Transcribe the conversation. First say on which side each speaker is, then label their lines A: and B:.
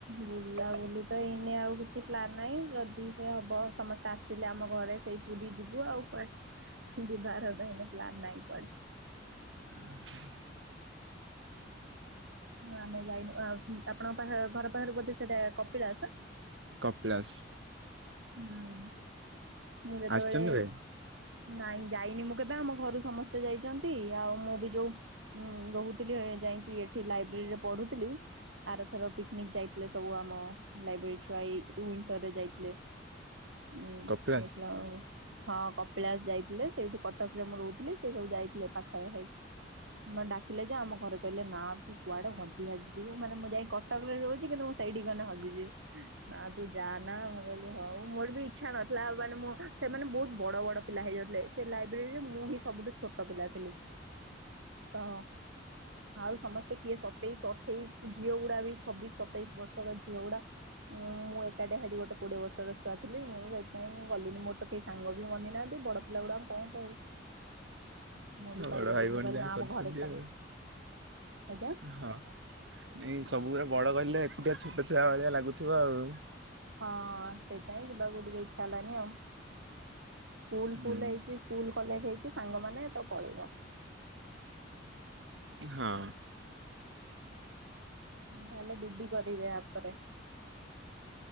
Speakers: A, on the right; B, on the right.
A: ବୁଲା ବୁଲି ତ ଏଇନେ ଆଉ କିଛି ପ୍ଲାନ୍ ନାଇଁ ଯଦି ସେ ହବ ସମସ୍ତେ ଆସ୍ ସିଲେ ଆମ ଘରେ ସେଇ ପୁରୀ ଯିବୁ ଆଉ କୁଆଡ଼େ ଯିବାର ତ ଏଇନେ ପ୍ଲାନ ନାଇଁ କୁଆଡ଼େ।
B: ହୁଁ ହୁଁ।
A: ଆମେ ଯାଇନୁ ଆପଣଙ୍କ ପାଖ ଘର ପାଖରେ ବୋଧେ ସେଟା କପିଳାସ?
B: କପଳାସ୍।
A: ହୁଁ ମୁଁ ଯେତେବେଳେ
B: ଆସିଛନ୍ତି କେବେ
A: ନାଇଁ ଯାଇନି ମୁଁ କେବେ ଆମ ଘରୁ ସମସ୍ତେ ଯାଇଛନ୍ତି ଆଉ ମୁଁ ବି ଯୋଉ ଉଁ ରହୁଥିଲି ଯାଇକି ଏଠି ଲାଇବ୍ରେରୀ ରେ ପଢୁଥିଲି। ଆରଥର ପିକ୍ନିକ୍ ଯାଇଥିଲେ ସବୁ ଆମ ଲାଇବ୍ରେରୀ ଛୁଆଇ ୱିଣ୍ଟରରେ ଯାଇଥିଲେ। ଉୁଁ
B: କପିଳାସ
A: ଦେଖିଲା ବେଳକୁ ହଁ କପିଳାସ ଯାଇଥିଲେ ସେଇଠୁ କଟକ ରେ ମୁଁ ରହୁଥିଲି ସେ ସବୁ ଯାଇଥିଲେ ପାଖରେ ହେଇ ମାନେ ଡାକିଲେ ଯେ ଆମ ଘରେ କହିଲେ ନା ତୁ କୁଆଡେ ହଜି ହାଜିଯିବୁ ମାନେ ମୁଁ ଯାଇ କ ଟକରେ ରହୁଛି କିନ୍ତୁ ମୁଁ ସେଇଠି ଗନ ହଜିଯିବି ନା ତୁ ଯା ନା ମୁଁ କହିଲି ହଉ ମୋର ବି ଇଚ୍ଛା ନ ଥିଲା ମାନେ ମୁଁ ସେମାନେ ବହୁତ ବଡ଼ ବଡ଼ ପିଲା ହେଇଯାଉଥିଲେ ସେ ଲାଇବ୍ରେରୀରେ ମୁଁ ହିଁ ସବୁଠୁ ଛୋଟ ପିଲା ଥିଲି ତ ଆଉ ସମସ୍ତେ କିଏ ସତେଇଶ ଅଠେଇଶ ଝିଅ ଗୁଡା ବି ଛବିଶ ସତେଇଶ ବର୍ଷର ଝିଅଗୁଡା। ମୁଁ ଏକାଠିଆ ଗୋଟେ କୋଡିଏ ବର୍ଷର ଛୁଆ ଥିଲ ମୁଁ ସେ ନାଇଁ ମୁଁ ଗଲିନି ମୋର ତ କେହି ସାଙ୍ଗ ବି ବନି ନାହାନ୍ତି ବଡ ପିଲା ଗୁଡା ଆମ କଣ କହିବୁ ମୁଁ ବି
B: ବଡ
A: କହିଦେଲି
B: ଭାଇ ଭଉଣୀ
A: ମୁଁ କହିଲି
B: ଯାହା
A: ନା
B: କରୁଛନ୍ତି
A: ଆମ ଘରେ ଛାଡୁନ
B: ଆଉ
A: ଆଜ୍ଞା
B: ହଁ। ନାଇଁ ସବୁ ଗୁରା ବଡ କଇଲେ ଏକୁଟିଆ ଛୋଟ ଛୁଆ ଭଳିଆ ଲାଗୁଥିବ ଆଉ।
A: ହଁ ସେଇପାଇଁ ଯିବା କୁ ଟିକେ ଇଚ୍ଛା ହେଲାନି ଆଉ। ସ୍କୁଲ
B: ହୁଁ
A: ଫୁଲ ହେଇଛି ସ୍କୁଲ କଲେଜ ହେଇଛି ସାଙ୍ଗମାନେ ତ ପଳେଇବ।
B: ହଁ।
A: ତାହେଲେ ବିଡି କରିବେ ଆପରେ।